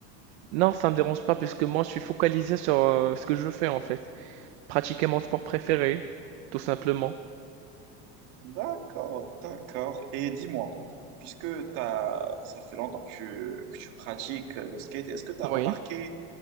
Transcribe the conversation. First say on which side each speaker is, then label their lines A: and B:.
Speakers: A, on the right (about 75°); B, on the right (about 60°).
A: Non, ça me dérange pas puisque moi je suis focalisé sur euh, ce que je fais en fait, pratiquer mon sport préféré, tout simplement.
B: D'accord, d'accord. Et dis-moi, puisque t'as, ça fait longtemps que tu, que tu pratiques le skate, est-ce que tu
A: Oui,
B: as remarqué,